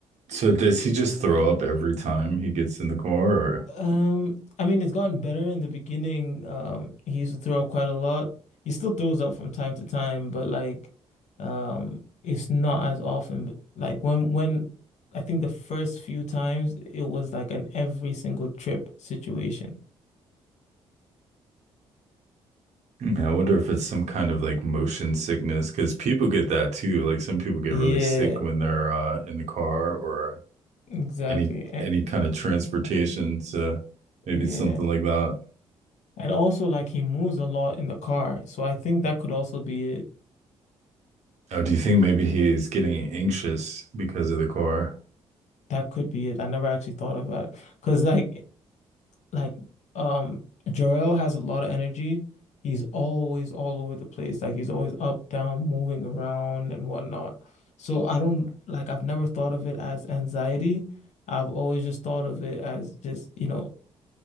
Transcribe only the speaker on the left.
Um, I mean, it's gotten better in the beginning. Um, he used to throw up quite a lot. He still throws up from time to time, but like, um, it's not as often. B- Like when when I think the first few times it was like an every single trip situation.
Yeah,
exactly.
And,
yeah.
And also like he moves a lot in the car. So I think that could also be it.
That could be it. I never actually thought of that. Because like like um Jarrell has a lot of energy. He's always all over the place. Like he's always up, down, moving around and whatnot. So I don't like I've never thought of it as anxiety. I've always just thought of it as just, you know,